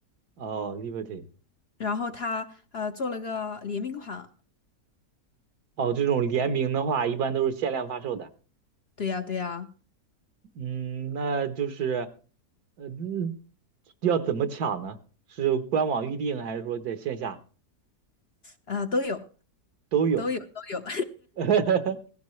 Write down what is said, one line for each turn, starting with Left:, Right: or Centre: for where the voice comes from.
Right: 哦，Liberty，
Left: 然后他呃做了个联名款。
Right: 哦，这种联名的话，一般都是限量发售的。
Left: 对呀，对呀，
Right: 嗯，那就是，呃，嗯要怎么抢呢？是官网预定，还是说在线下
Left: 呃都有，
Right: 都有？
Left: 都有，都有。
Right: <laughs>